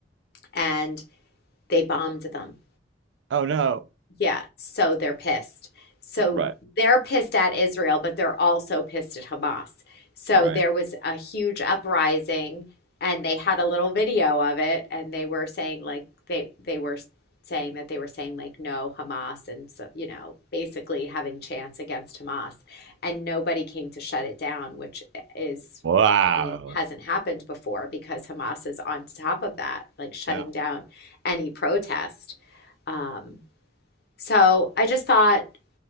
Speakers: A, on the left; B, on the right.
A: and they bombed them
B: Oh no.
A: Yeah, so they're pissed. So
B: Right.
A: they're pissed at Israel, but they're also pissed at Hamas. So
B: Right.
A: there was a huge uprising, and they had a little video of it, and they were saying like they they were saying that they were saying like no Hamas, and so you know basically having chance against Hamas, and nobody came to shut it down, which is
B: Wow.
A: really hasn't happened before because Hamas is on top of that, like shutting
B: Cow.
A: down any protest. Um, so I just thought